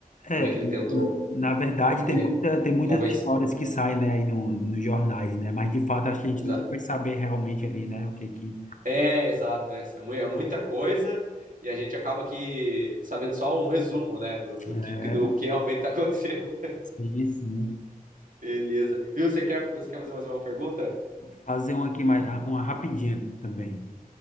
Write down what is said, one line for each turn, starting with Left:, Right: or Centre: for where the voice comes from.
Left: É,
Right: também que
Left: n-
Right: ele tentou
Left: na verdade tem
Right: é,
Left: muita, tem muitas
Right: convencer.
Left: histórias que saem, né, aí no, nos jornais, né? Mas de fato acho que a gente
Right: Exato.
Left: nunca vai saber realmente ali, né, o que que
Right: É, exato, é, é mu- é muita coisa e a gente acaba que sabendo só um resumo, né, do, do
Left: é.
Right: que, do que realmente está acontecendo.
Left: Sim, sim.
Right: <laughs> Beleza. Viu, você quer, você quer fazer mais uma pergunta?
Left: Vou fazer uma aqui mais, uma rapidinha também.